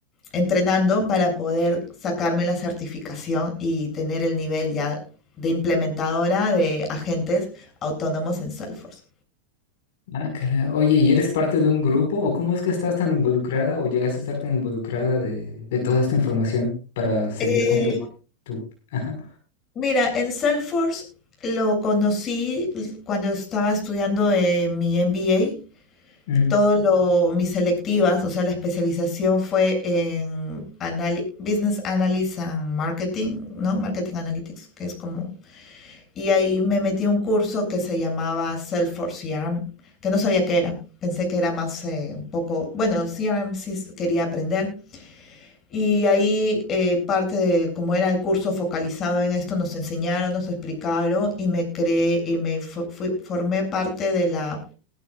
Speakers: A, on the left (about 35°); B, on the left (about 70°).
A: entrenando para poder sacarme la certificación y tener el nivel ya de implementadora de agentes autónomos en Salesforce.
B: Ah, caray. Oye, ¿y eres parte de un grupo? ¿O cómo es que estás tan involucrada o llegaste a estar tan involucrada de, de toda esta información para seguir
A: Eh,
B: con tu, tu... Ajá.
A: mira, en Salesforce lo conocí cuando estaba estudiando eh, mi MBA.
B: Mm.
A: Todo lo, mis selectivas, o sea, la especialización fue en anali- Business Analysis and Marketing, ¿no? Marketing Analytics, que es como Y ahí me metí a un curso que se llamaba Salesforce CRM, que no sabía qué era. Pensé que era más eh, un poco, bueno, CRM sí quería aprender. Y ahí eh, parte de como era el curso focalizado en esto, nos enseñaron, nos explicaron y me creé y me fu- fui- formé parte de la